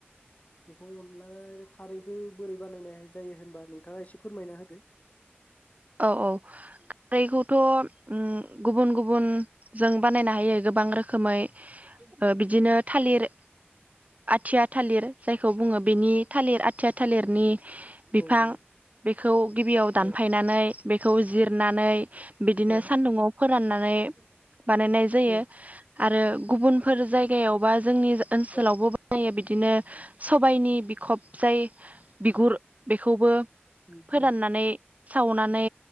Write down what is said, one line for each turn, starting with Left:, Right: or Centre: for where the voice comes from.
Left: बेखौ अनला खारैखो बोरै बानायनाय जायो होनबा नोंथाङा एसे फोरमायना होदो?
Right: औ औ दैखौथ' उम गुबुन गुबुन जों बानायनो हायो गोबां रोखोमै ओ बिदिनो थालिर आथिया थालिर जायखौ बुङो बिनि थालिर आथिया थालिरनि बिफां
Left: औ नंगौ
Right: बेखौ गिबियाव दानफायनानै
Left: औ
Right: बेखौ जिरनानै बिदिनो
Left: औ
Right: सानदुंआव फोराननानै बानायनाय जायो।
Left: औ
Right: आरो गुबुनफोर जायगायावबा जोंनि जा ओनसोलावबो
Left: औ
Right: बानायो बिद दिनो सबायनि बिखब जाय बिगुर बेखौबो
Left: बिदियैनो
Right: फोराननानै सावनान नै